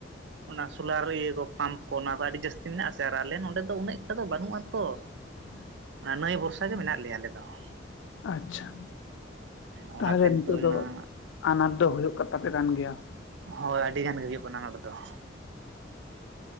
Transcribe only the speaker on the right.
ᱚᱱᱟ ᱥᱳᱞᱟᱨ ᱤᱭᱟᱹ ᱠᱚ ᱯᱟᱢᱯ ᱠᱚ ᱚᱱᱟ ᱠᱚ ᱟᱹᱰᱤ ᱡᱟᱹᱥᱛᱤ ᱢᱮᱱᱟᱜᱥᱮ ᱟᱨ ᱟᱞᱮ ᱱᱚᱸᱰᱮ ᱫᱚ ᱩᱱᱟᱹᱜ ᱮᱠᱴᱟ ᱫᱚ ᱵᱟᱹᱱᱩᱜᱼᱟ ᱛᱚ ᱾
ᱚᱱᱟ ᱱᱟᱹᱭ ᱵᱷᱚᱨᱥᱟ ᱜᱮ ᱢᱮᱱᱟᱜ ᱞᱮᱭᱟ ᱟᱞᱮ ᱫᱚ ᱾
ᱚᱱᱟᱛᱮ
ᱚᱱᱟ
ᱦᱳᱭ ᱟᱹᱰᱤ ᱜᱟᱱ ᱜᱮ ᱠᱟᱱᱟ ᱟᱱᱟᱴ ᱫᱚ ᱾